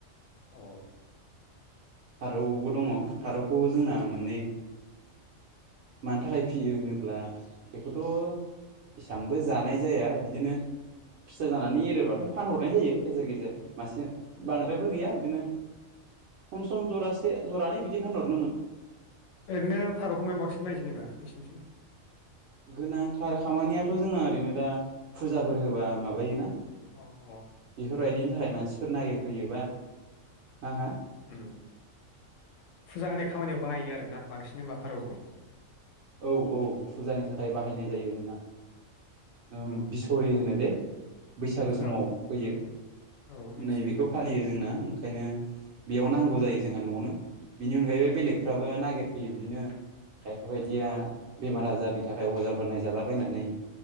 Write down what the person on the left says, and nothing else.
अ
उम
अ
ओरैनो फारौखौ मायाव बांसिन बायो जेनोबा नोंसिनिथिं?
अ औ।
उम फुजा होनाय खामानियाव बाहायो आरोना बांसिन होमबा फोरौखौ?
औ
औ
औ मिथियो
उम
औ